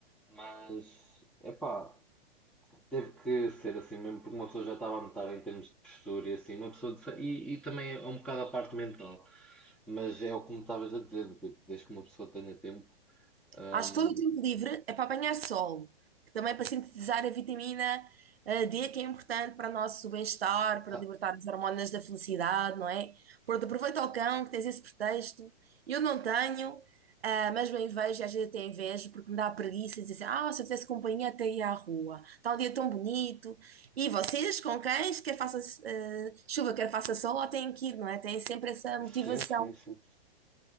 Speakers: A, in the centre; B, on the right.
A: Mas, epá, teve que ser assim mesmo, porque uma pessoa já estava a notar em termos de postura e assim, uma pessoa de, e, e também é um bocado a parte mental, mas é o que me estavas a dizer, do tipo, desde que uma pessoa tenha tempo. hum,
B: Acho que todo o tempo livre é para apanhar sol, que também é para sintetizar a vitamina eh, D, que é importante para o nosso bem-estar, para
A: ah,
B: libertar as hormonas da felicidade, não é? Pronto, aproveita o cão, que tens esse pretexto. Eu não tenho, ah, mas bem vejo, e às vezes até invejo, porque me dá preguiça e dizer assim, ah, se eu tivesse companhia até ia à rua. Está um dia tão bonito. E vocês, com cães, quer faça eh, chuva, quer faça sol, lá têm que ir, não é? Têm sempre essa motivação.
A: sim, sim, sim.